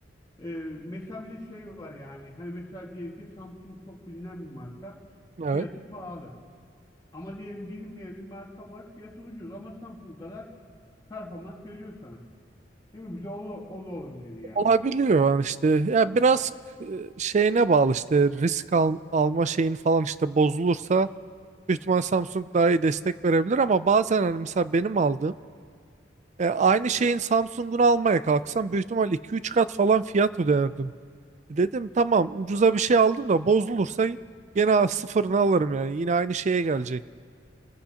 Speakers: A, on the left; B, on the right.
A: Ee, mesela bir de şey var yani. Hani mesela diyelim ki Samsung çok bilinen bir marka. Fiyatı
B: Evet.
A: pahalı. Ama diyelim bilinmeyen bir marka var. Fiyatı ucuz ama Samsung kadar performans veriyor sana. Değil mi? Bir de o, da- o da olabilir yani.
B: Olabiliyor yani işte. Ya biraz e, şeyine bağlı işte risk al- alma şeyin falan işte bozulursa büyük ihtimal Samsung daha iyi destek verebilir ama bazen hani mesela benim aldığım e, aynı şeyin Samsung'unu almaya kalksam büyük ihtimal iki üç kat falan fiyat öderdim. E, Dedim tamam ucuza bir şey aldım da bozulursa yine sıfırını alırım yani yine aynı şeye gelecek.